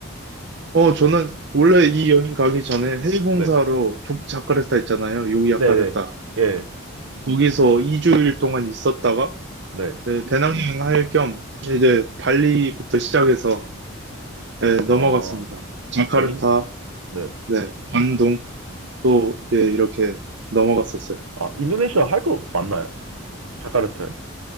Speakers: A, on the right (about 55°); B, on the right (about 85°).
A: 어, 저는 원래 이 여행 가기 전에 해외 봉사로
B: 네.
A: 자카르타 있잖아요. 요기야카르타.
B: 네네. 예.
A: 거기서 2주일 동안 있었다가
B: 네.
A: 네, 배낭여행 할 겸 이제 발리부터 시작해서 네,
B: 아,
A: 넘어갔습니다. 자카르타,
B: 아, 인, 네.
A: 네, 반동 또 예, 이렇게 넘어갔었어요.
B: 아, 인도네시아 할 거 맞나요? 자카르타에?